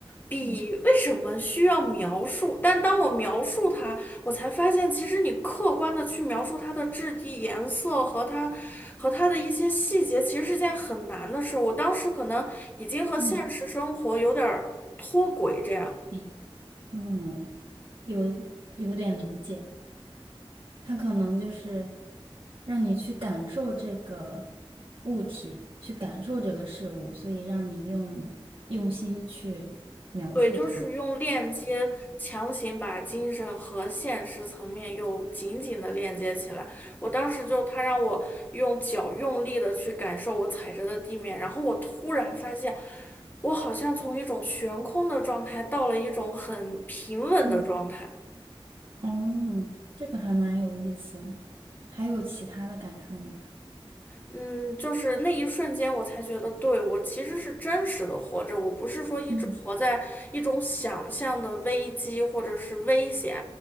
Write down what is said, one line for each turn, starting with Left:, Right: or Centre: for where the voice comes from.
Left: 笔为什么需要描述？
Right: 对
Left: 但当我描述它，我才发现其实你客观的去描述它的质地、颜色和它和它的一些细节，其实是件很难的事儿。我当时可能已经和现实生活有点儿脱轨，
Right: 嗯
Left: 这样。
Right: 嗯嗯，有有点理解，他可能就是让你去感受这个物体，去感受这个事物，所以让你用用心去描述它。
Left: 对，就是用链接强行把精神和现实层面又紧紧的链接起来。我当时就，他让我用脚用力的去感受我踩着的地面，然后我突然发现，我好像从一种悬空的状态到了一种很平稳的状态。
Right: 嗯，哦，这个还蛮有意思。还有其他的感受吗？
Left: 嗯，就是那一瞬间，我才觉得，对，我其实是真实的活着，我不是说一直活在一种想象的危机或者是危险，
Right: 嗯